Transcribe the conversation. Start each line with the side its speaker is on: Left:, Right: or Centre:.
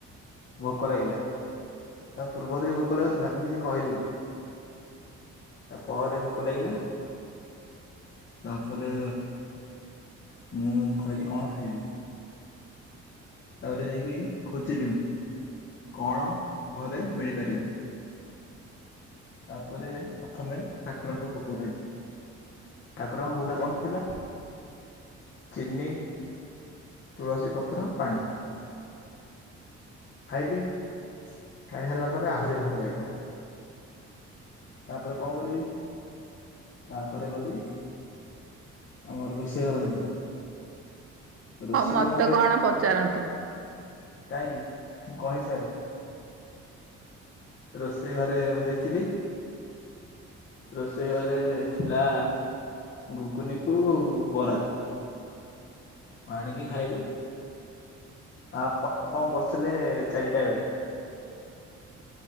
Left: ଭୋକ ଲାଗିଲା। ତା ପୂର୍ବରୁ ବି ଭୋକ ଲାଗୁଥିଲା ମୁ କିଛି କହିଲିନି। ତା ପରେ ଭୋକ ଲାଗିଲା। ତାପରେ ମୁଁ କହିଲି କଣ ଖାଇବି। ତାପରେ ଯାଇକି ଖୋଜିଲି ମୁଁ। କଣ ଘରେ ମିଳିପାରିବ। ତାପରେ ପ୍ରଥମେ ଠାକୁରଙ୍କ ଭୋଗ ଖାଇଲିି। ଠାକୁରଙ୍କ ଭୋଗ କଣ ଥିଲା। ଚିନି, ତୁଳସୀ ପତ୍ର, ପାଣି। ଖାଇଲି ଖାଇ ସାରିଲା ପରେ ଆହୁରି ଭୋକ ଲାଗିଲା। ତାପରେ କଁ କରିବି ତାପରେ ଗଲି। ଆମର ରୋଷେଇ ଘର ଦେଖିଲି। ରୋଷେଇ
Right: ହଁ ମତେ
Left: ଘରେ
Right: କଣ ପଚାରନ୍ତୁ।
Left: କାହିଁକି ମୁଁ କହିସାରେ। ରୋଷେଇ ଘରେ ମୁଁ ଦେଖିଲି। ରୋଷେଇ ଘରେ ଥିଲା ଗୁଗୁନି କୁ ବରା। ମୁଁ ଆଣିକି ଖାଇଲି ତା ଆପଣ କଁ କରୁଥିଲେ ଚାରିଟା ବେଳେ?